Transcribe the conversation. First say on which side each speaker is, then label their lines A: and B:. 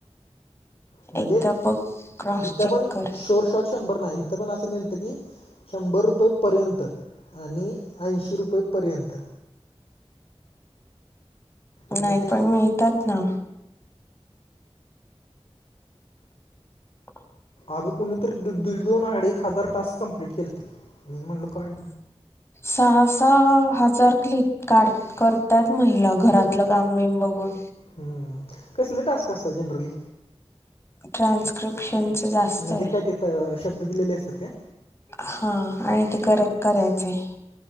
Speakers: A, on the left; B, on the left.
A: म्हणजे
B: एकदा बघ क्रॉस
A: हिथं
B: चेक
A: पण
B: कर
A: शोर शॉट शंभर नाही इथं पण अस ल म्हणजे की शंभर रुपये पर्यंत आणि ऐंशी रुपयेपर्यंत मग
B: नाही
A: ते
B: पण मिळतात ना ब
A: आग कुणीतरी दीड दीड दोन अडीच हजार तास कंप्लीट केलते मी म्हणल काय
B: सहासहा आजार क्लिप काॅल करतात महिला घरातलं काम बीम बघून
A: हम्म कसले टास्क असतात जनरली
B: ट्रान्स्क्रिप्शनच आसतय
A: म्हणजे काय ते त- शब्द दिलेले असतात काय
B: हा आणि ते करेक्ट करायचे